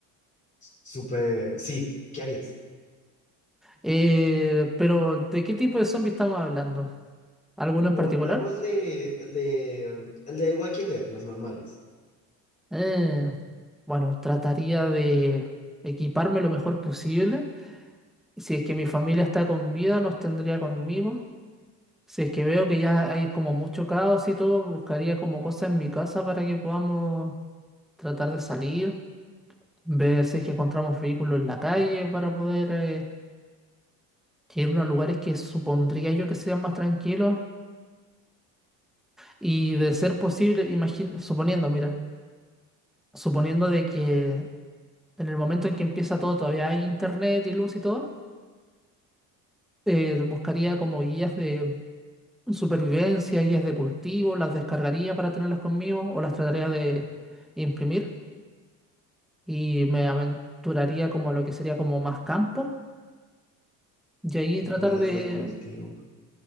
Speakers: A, on the left; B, in the centre.
A: súper, sí, ¿qué harías?
B: Eh, pero, ¿de qué tipo de zombie estamos hablando? ¿Alguno en
A: Pongámosle
B: particular?
A: el de, el de Walking Dead, los normales.
B: Eh, bueno, trataría de equiparme lo mejor posible. Si es que mi familia está con vida, los tendría conmigo. Si es que veo que ya hay como mucho caos y todo, buscaría como cosas en mi casa para que podamos tratar de salir. ver si es que encontramos vehículos en la calle para poder eh, irnos a lugares que supondría yo que sean más tranquilos y de ser posible, imagino, suponiendo, mira, suponiendo de que en el momento en que empieza todo, todavía hay internet y luz y todo, eh, buscaría como guías de supervivencia, guías de cultivo, las descargaría para tenerlas conmigo o las trataría de imprimir y me aventuraría como a lo que sería como más campo y ahí
A: Días
B: tratar de
A: de cultivo.